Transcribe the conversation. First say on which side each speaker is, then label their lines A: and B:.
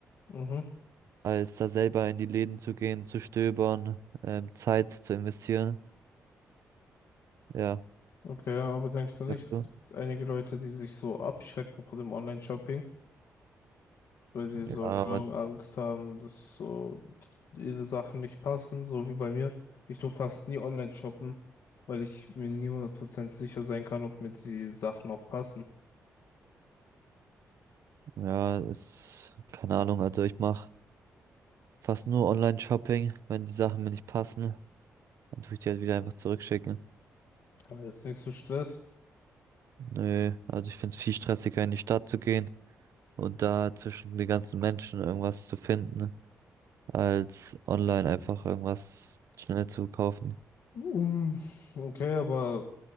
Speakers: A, on the left; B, on the right.
A: Mhm.
B: als da selber in die Läden zu gehen, zu stöbern, ähm, Zeit zu investieren. Ja,
A: Okay, aber denkst du nicht,
B: sagst
A: es
B: du?
A: gibt einige Leute, die sich so abschrecken vor dem Online-Shopping, weil die
B: Ja,
A: so,
B: aber
A: keine Ahnung, Angst haben, dass so ihre Sachen nicht passen, so wie bei mir. Ich tu fast nie online shoppen, weil ich mir nie hundert Prozent sicher sein kann, ob mir die Sachen auch passen.
B: ja, ist, keine Ahnung, also ich mache fast nur Online-Shopping, wenn die Sachen mir nicht passen, dann tue ich die halt wieder einfach zurückschicken.
A: Aber jetzt nicht so Stress.
B: Nö, also ich finde es viel stressiger, in die Stadt zu gehen und da zwischen den ganzen Menschen irgendwas zu finden. als online einfach irgendwas schnell zu kaufen.
A: Um, okay, aber